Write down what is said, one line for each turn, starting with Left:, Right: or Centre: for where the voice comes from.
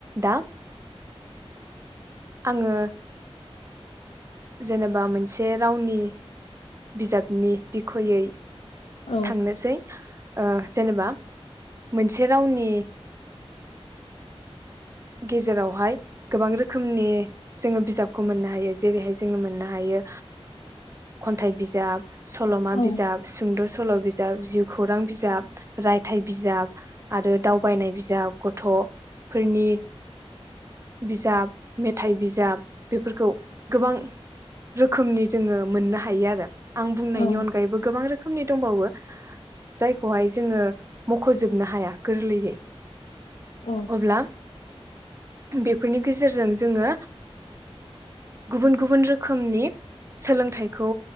Right: दा आङो जेनेबा मोनसे रावनि बिजाबनि बिखयै
Left: औ
Right: थांनोसै जेनेबा मोनसे रावनि गेजेरावहाय गोबां रोखोमनि जोङो बिजाबखौ मोननो हायो जेरैहाय जोङो मोननो हायो खन्थाइ बिजाब सल'मा
Left: औ
Right: बिजाब सुंद' सल' बिजाब जिउ खौरां बिजाब रायथाइ बिजाब आरो दावबायनाय बिजाब गथ'फोरनि बिजाब मेथाइ बिजाब बेफोरखौ गोबां रोखोमनि जोङो मोननो हायो आरो आं बुंनायनि
Left: औ
Right: अनगायैबो गोबां रोखोमनि दंबावो जायखौहाय जोङो मख'जोबनो हाया गोरलैयै
Left: औ
Right: अब्ला बेफोरनि गेजेरजों जोङो गुबुन गुबुन रोखोमनि सोलोंथाइखौ